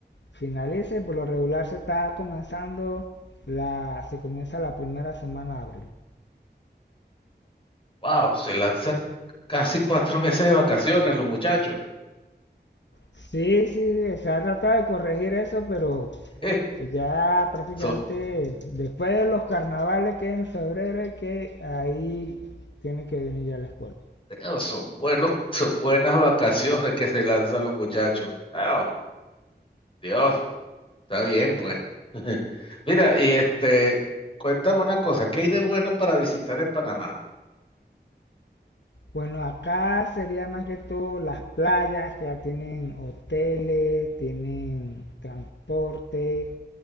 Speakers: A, on the left; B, on the left.
A: finaliza y por lo regular se está comenzando la, se comienza la primera semana de abril.
B: Wow, se lanzan casi cuatro meses de vacaciones los muchachos.
A: Sí, sí, sí, se ha tratado de corregir eso, pero
B: <laughs>
A: Que ya prácticamente
B: Son
A: después de los carnavales que es en febrero es que ahí tiene que venir ya la escuela.
B: Dios, son buenos, son buenas vacaciones que se lanzan los muchachos. Ah, Dios, está bien, pues. <laughs> Mira, y este, cuéntame una cosa, ¿qué hay de bueno para visitar en Panamá?
A: Bueno, acá sería más que todo las playas, que ya tienen hoteles, tienen transporte,